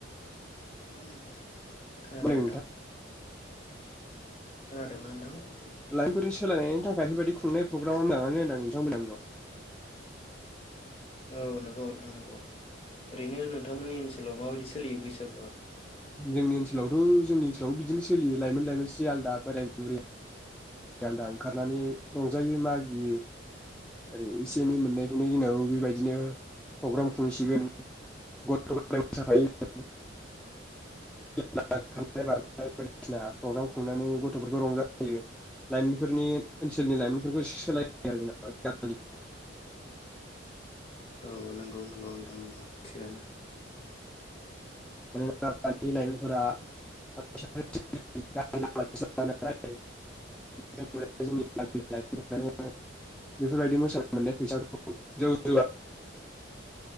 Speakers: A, on the left (about 30°); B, in the centre.
A: खोनादों
B: मा होनदों
A: नोंथां। खोनादों ना नोंथां?
B: लाइमोनफोरनि सोलायनायनि थाखाय बेफोरबायदि खुंनाय <unintelligible>
A: औ नंगौ नोंथां नंगौ ओरैनो नोंथांमोननि ओनसोलाव माबायदि सोलियो बैसागुआ?
B: जोंनि ओनसोलावथ' जोंनि ओनसोलाव बिदिनो सोलियो लाइमोन लाइमोन स्रि आलदा बोराय बुरै आलदा ओंखारनानै रंजायो मागियो ओरै एसे एनै मोननायखौनो जोंनाबो बेबायदिनो प्रग्राम खुंसि सिगोन गथ' <unintelligible> <unintelligible> खारनाय बारनाय बायदिसिना प्रग्राम खुंनानै गथ'फोरखौ रंजा होयो लाइमोनफोरनि ओनसोलनि लाइमोनफोरखौ सोलाय आरो <unintelligible>
A: औ नंगौ। नंगौ नोंथां नंगौ थिगानो।
B: मानोना दानि लाइमोनफोरा <unintelligible> <unintelligible> बेफोरबायदि मोसानाय मोननाय फैसाखौ जौ <unintelligible>